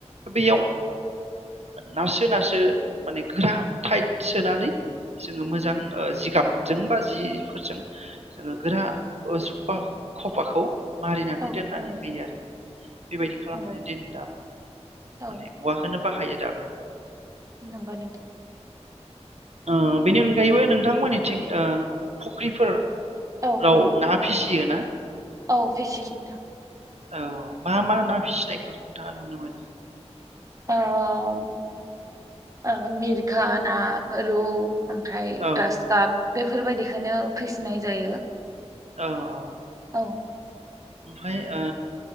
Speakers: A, on the right; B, on the right.
A: बेयाव ओ नारसो नारसो माने गोरा टाइट सोनानै। जोङो मोजां ओ जिगाबजों बा जिफोरजों जोङो गोरा सफा खफाखौ मारिनानै
B: औ
A: दोननानै
B: नंगौ
A: होयो आरो बेबायदि खालामनानै
B: नंगौ
A: दोनो दाबो
B: औ
A: माने औवाखौनो बाहायो दाबो।
B: नंगौ नोंथां
A: ओ बेनि अनगायैबो नोंथांमोननिथिं ओ फुख्रिफोर।
B: औ
A: राव
B: नंगौ
A: ना फिसियो ना?
B: औ फेसियो नोंथां।
A: औ मा मा ना फिसिनायखौ नोंथाङा नुनो मोनो।
B: ओ ओ ओ मिरखा ना रौ। ओमफ्राय
A: औ
B: गास काप बेफोरबायदिखौनो फिसिनाय जायो।
A: औ औ
B: औ
A: ओमफ्राय ओ